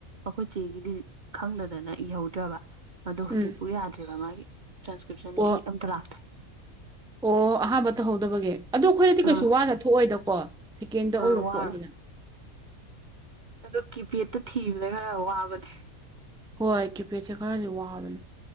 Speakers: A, on the right; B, in the centre.
A: ꯑꯈꯣꯏ ꯆꯦꯒꯤꯗꯤ ꯈꯪꯗꯗꯅ ꯏꯍꯧꯗ꯭ꯔꯕ꯫ ꯑꯗꯣ ꯍꯨꯖꯤꯛꯄꯨ
B: ꯎꯝ
A: ꯌꯥꯗ꯭ꯦꯔꯤꯕ ꯃꯥꯒꯤ ꯇ꯭ꯔꯥꯟꯁꯀ꯭ꯔꯤꯞꯁꯟꯒꯤ
B: ꯑꯣ
A: ꯑꯝꯇ ꯂꯥꯛꯇ꯭ꯔꯦ꯫
B: ꯑꯣ ꯑꯍꯥꯥꯟꯕ ꯇꯧꯍꯧꯗꯕꯒꯤ ꯑꯗꯣ ꯑꯈꯣꯏꯅꯗꯤ ꯀꯩꯁꯨ
A: ꯑꯥ
B: ꯋꯥꯅ ꯊꯣꯛꯑꯣꯏꯗꯀꯣ ꯁꯦꯀꯦꯟꯗ ꯑꯣꯏꯕ
A: ꯑꯥ ꯋꯥꯔꯣꯏ
B: ꯄꯣꯠꯅꯤꯅ꯫
A: ꯑꯗꯣ ꯀꯤꯄꯦꯠꯇ ꯊꯤꯕꯗ ꯈꯔ ꯋꯥꯕꯅꯦ꯫
B: ꯍꯣꯏ ꯀꯤꯄꯦꯠꯁꯦ ꯈꯔꯗꯤ ꯋꯥꯕꯅꯦ꯫